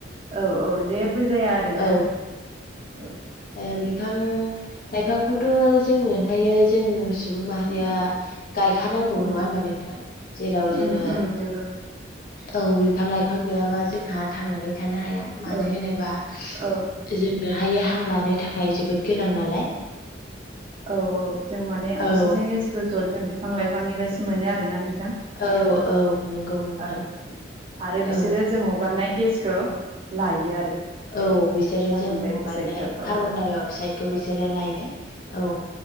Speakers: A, on the right (about 30°); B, on the left (about 50°).
A: औ औ जेबो जाया आरो ना
B: औ
A: औ
B: ओ बिफां लाइफांखौथ' जोंनो हायो जों सुबुं माहारिया
A: उम
B: गायखानांगौ
A: उम
B: नङा होनबा नोंथां जेराव जोङो
A: उम उम नंगौ
B: औ बिफां लाइफां गैयाबा जोंहा थांनानै थानो हाया मानो
A: औ
B: होनोबा
A: औ
B: जोंनो हायो हां लानो थाखाय जोबोद गोनां नालाय
A: औ औ जों माने अक्सिजेन
B: औ
A: गेसफोरखौ जों बिफां लाइफांनि बसो मोनो आरोना नोंथां
B: औ औ नंगौ नोंथां
A: औ आरो
B: औ
A: बिसोरो जों हगारनाय गेसखौ लायो आरो
B: औ बिसोरो
A: कार्बन
B: जों
A: डाइ
B: हगारनाय
A: अक्साइडखौ औ
B: कार्बन डाइ अक्साइदखौ बिसोरो
A: औ
B: लायो। औ